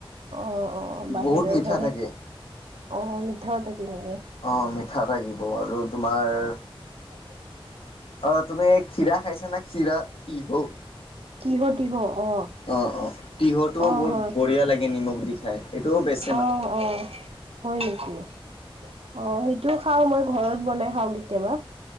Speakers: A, on the right (about 85°); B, on the left (about 75°).
A: অ', অ', বাহিৰৰ
B: বহুত মিঠা
A: হয়হে
B: থাকে।
A: অ, মিঠাও থাকি নেকি?
B: অ, মিঠাও থাকিব আৰু তোমাৰ
A: <inaudible>
B: অ, তুমি ক্ষীৰা খাইছা না ক্ষীৰা। তিহও।
A: তিহ তিহ অ
B: অ', অ', তিহটোও
A: অ
B: বহুত
A: হয়।
B: বঢ়িয়া লাগে নিমখ দি খাই এইটোও বেছি
A: অ ', অ', হয় নেকি অ, সেইটোও খাও মই ঘৰত বনাই খাও কেতিয়াবা।